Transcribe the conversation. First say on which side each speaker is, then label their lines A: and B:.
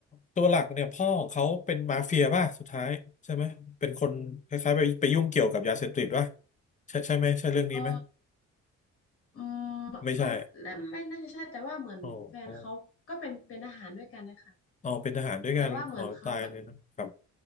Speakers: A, on the left (about 25°); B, on the left (about 45°).
A: ตัวหลักเนี่ยพ่อของเขาเป็นมาเฟียป่ะสุดท้ายใช่ไหมเป็นคนคล้ายๆไปไปยุ่งเกี่ยวกับยาเสพติดป่ะใช่ใช่ไหมใช่เรื่องนี้ไหม
B: เอออืม
A: ไม่ใช่
B: ไม่ไม่ไม่น่าจะใช่แต่ว่าเหมือนแฟนเขาก็เป็นเป็นทหารด้วยกันนะคะ
A: โอ้โอ้อ๋อเป็นทหารด้วยกันอ๋อตายเลยนะครับ
B: แต่ว่าเหมือนเขาแบบ